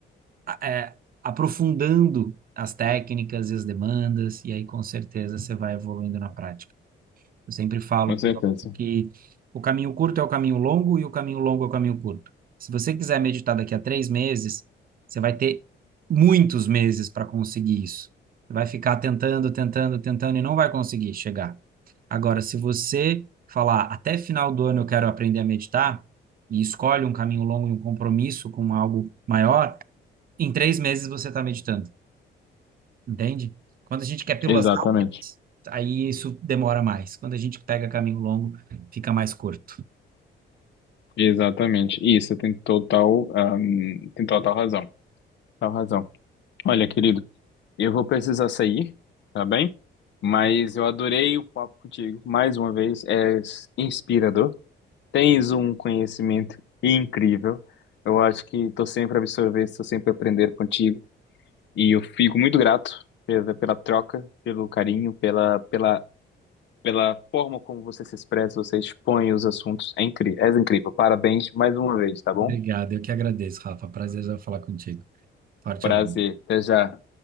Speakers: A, on the right; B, on the left.
A: é, aprofundando as técnicas e as demandas, e aí com certeza você vai evoluindo na prática. Eu sempre falo
B: Com
A: pro
B: certeza.
A: doc- que o caminho curto é o caminho longo e o caminho longo é o caminho curto. Se você quiser meditar daqui a três meses, você vai ter muitos meses para conseguir isso. Você vai ficar tentando, tentando, tentando e não vai conseguir chegar. Agora, se você falar até final do ano eu quero aprender a meditar, e escolhe um caminho longo e um compromisso com algo maior, em três meses você está meditando, entende? Quando a gente quer pílulas
B: Exatamente.
A: rápidas, aí isso demora mais. Quando a gente pega caminho longo, fica mais curto.
B: Exatamente. Isso, tem total, ahm, tem total razão. Total razão. Olha, querido, eu vou precisar sair, tá bem? Mas eu adorei o papo contigo. Mais uma vez, é inspirador. Tens um conhecimento incrível. Eu acho que estou sempre a absorver, estou sempre a aprender contigo. E eu fico muito grato pela, pela troca, pelo carinho, pela, pela, pela forma como você se expressa, você expõe os assuntos. É incrível, és incrível. Parabéns mais uma vez, tá bom?
A: Obrigado, eu que agradeço, Rafa. Prazer já falar contigo. Forte
B: Prazer,
A: abraço.
B: até já.